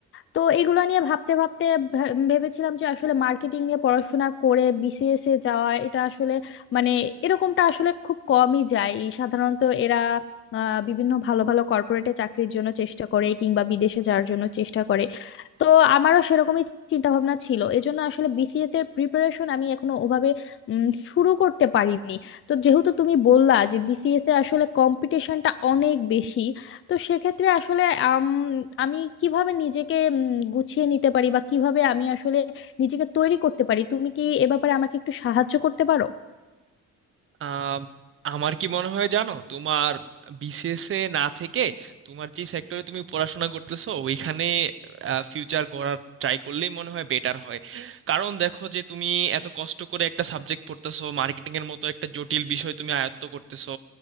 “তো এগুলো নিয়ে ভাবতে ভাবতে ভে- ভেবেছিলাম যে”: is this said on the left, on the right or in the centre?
Left